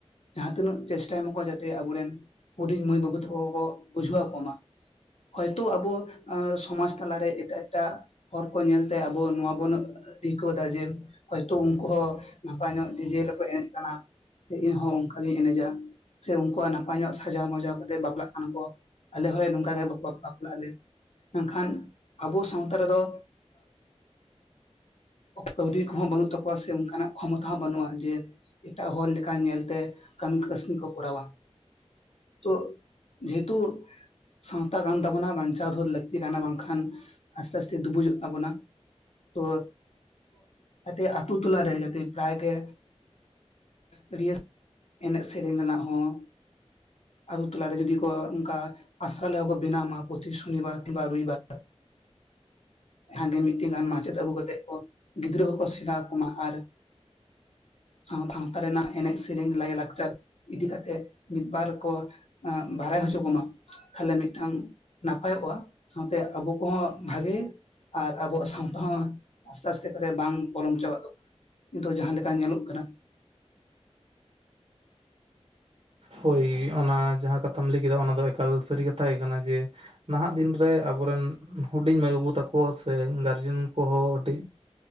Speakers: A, on the left; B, on the right.
A: ᱡᱟᱦᱟᱸ ᱛᱤᱱᱟᱹᱜ ᱪᱮᱥᱴᱟᱭ ᱢᱟᱢᱟᱠᱚ ᱡᱟᱛᱮ ᱟᱵᱚᱨᱮᱱ ᱦᱩᱰᱤᱧ ᱢᱟᱹᱭ ᱵᱟᱹᱵᱩ ᱛᱟᱠᱚ ᱠᱚ ᱵᱩᱡᱷᱟᱹᱣ ᱟᱠᱚ ᱢᱟ᱾ ᱦᱚᱭᱛᱳ ᱟᱵᱚ ᱥᱚᱢᱟᱡ ᱛᱟᱞᱟᱨᱮ ᱮᱴᱟᱜ ᱮᱴᱟᱜ ᱦᱚᱲ ᱠᱚ ᱧᱮᱞᱛᱮ ᱟᱵᱚ ᱱᱚᱣᱟ ᱵᱚᱱ ᱟᱹᱭᱠᱟᱹᱣ ᱮᱫᱟ ᱡᱮ ᱦᱚᱳᱭᱛᱳ ᱩᱱᱠᱩ ᱦᱚᱸ ᱱᱟᱯᱟᱭ ᱧᱚᱜ ᱰᱤᱡᱮ ᱨᱮᱠᱚ ᱮᱱᱮᱡ ᱠᱟᱱᱟ ᱥᱮ ᱤᱧᱦᱚᱸ ᱚᱱᱠ ᱜᱤᱧ ᱮᱱᱮᱡᱟ ᱥᱮ ᱩᱱᱠᱩᱣᱟᱜ ᱱᱟᱯᱟᱭ ᱧᱚᱜ ᱥᱟᱡᱟᱣᱼᱡᱟᱣ ᱠᱟᱛᱮ ᱵᱟᱯᱞᱟᱜ ᱠᱟᱱᱟ ᱠᱚ ᱟᱞᱮ ᱦᱚᱲᱞᱮ ᱱᱚᱝᱠᱟ ᱜᱮ ᱵᱟᱯᱞᱟᱜᱼᱟ ᱞᱮ ᱢᱮᱱᱠᱷᱟᱱ ᱟᱵᱚ ᱥᱟᱶᱛᱟ ᱨᱮᱫᱚ ᱠᱟᱹᱣᱰᱤ ᱠᱚᱦᱚᱸ ᱵᱟᱹᱱᱩᱜ ᱛᱟᱠᱚᱣᱟ ᱥᱮ ᱚᱱᱠᱟᱱᱟᱜ ᱠᱷᱚᱢᱚᱛᱟ ᱦᱚᱸ ᱵᱟᱹᱱᱩᱜᱼᱟ ᱡᱮ ᱮᱴᱟᱜ ᱦᱚᱲ ᱞᱮᱠᱟ ᱧᱮᱞᱛᱮ ᱠᱟᱹᱢᱤ ᱠᱟᱹᱥᱱᱤ ᱠᱚ ᱠᱚᱨᱟᱣᱟ ᱛᱚ ᱡᱮᱦᱮᱛᱩ ᱥᱟᱶᱛᱟ ᱠᱟᱱ ᱛᱟᱵᱚᱱᱟ ᱵᱟᱧᱪᱟᱣ ᱫᱚ ᱞᱟᱹᱠᱛᱤ ᱠᱟᱱᱟ ᱵᱟᱝᱠᱷᱟᱱ ᱟᱥᱛᱮ ᱟᱥᱛᱮ ᱫᱩᱵᱩᱡᱚᱜ ᱛᱟᱵᱚᱱᱟ ᱾ ᱛᱚ ᱡᱟᱛᱮ ᱟᱛᱳ ᱴᱚᱞᱟᱨ ᱨᱮ ᱡᱟᱛᱮ ᱯᱨᱟᱭ ᱜᱮ ᱟᱹᱰᱤᱭᱟᱹᱟᱹ ᱮᱱᱮᱡ ᱥᱮᱨᱮᱧ ᱨᱮᱱᱟᱜ ᱦᱚᱸ ᱟᱛ ᱛᱚᱞᱟᱨᱮ ᱡᱩᱚᱫᱤ ᱠᱚ ᱚᱱᱠᱟ ᱟᱥᱨᱟ ᱞᱮᱦ ᱠᱚ ᱵᱮᱱᱟᱢᱟ ᱯᱨᱚᱛᱤ ᱥᱚᱱᱤᱵᱟᱨ ᱠᱤᱵᱟ ᱨᱵᱤᱵᱟᱨ ᱡᱟᱦᱟ ᱜᱮ ᱢᱤᱫᱴᱮᱱ ᱜᱟᱱ ᱢᱟᱪᱮᱫ ᱟᱹᱜᱩ ᱠᱟᱛᱮᱫ ᱠᱚ ᱜᱤᱫᱽᱨᱟᱹ ᱦᱚᱸᱠᱚ ᱥᱮᱬᱟ ᱠᱚᱢᱟ ᱟᱨ ᱥᱟᱶ ᱥᱟᱶᱛᱟ ᱨᱮᱱᱟᱜ ᱮᱱᱮᱡ, ᱥᱮᱨᱮᱧ, ᱞᱟᱭᱞᱟᱠᱪᱟᱨ ᱤᱫᱤ ᱠᱟᱛᱮ ᱢᱤᱫ ᱵᱟᱨ ᱠᱚ ᱵᱟᱲᱟᱭ ᱦᱚᱪᱚ ᱠᱚᱢᱟ ᱛᱟᱦᱚᱞᱮ ᱢᱤᱫᱴᱟᱝ ᱱᱟᱯᱟᱭᱚᱜᱼᱟ᱾ ᱥᱟᱶᱛᱮ ᱟᱵᱚ ᱠᱚᱦᱚᱸ ᱵᱷᱟᱜᱤ ᱟᱨ ᱟᱵᱚᱣᱟᱜ ᱥᱟᱶᱛᱟ ᱦᱚᱸ ᱟᱥᱛᱮ ᱟᱥᱛᱮ ᱵᱟᱝ ᱵᱚᱞᱚᱢ ᱪᱟᱵᱟᱜ ᱛᱟᱵᱚᱱᱟ ᱱᱤᱛᱚᱜ ᱡᱟᱦᱟᱸ ᱞᱮᱠᱟ ᱧᱮᱞᱚᱜ ᱠᱟᱱᱟ ᱾
B: ᱦᱳᱭ ᱚᱱᱟ ᱡᱟᱦᱟᱸ ᱠᱟᱛᱷᱟᱢ ᱞᱟᱹᱭ ᱠᱮᱫᱟ ᱚᱱᱟ ᱫᱚ ᱮᱠᱟᱞ ᱥᱟᱹᱨᱤ ᱠᱟᱛᱷᱟ ᱜᱮ ᱠᱟᱱᱟ ᱡᱮ᱾ ᱱᱟᱦᱟᱜ ᱫᱤᱱ ᱨᱮ ᱟᱵᱚᱨᱮᱱ ᱦᱩᱰᱤᱧ ᱢᱟᱹᱭ ᱵᱟᱹᱵᱩ ᱛᱟᱠᱚ ᱥᱮ ᱜᱟᱨᱡᱮᱱ ᱠᱚᱦᱚᱸ ᱟᱹᱰᱤ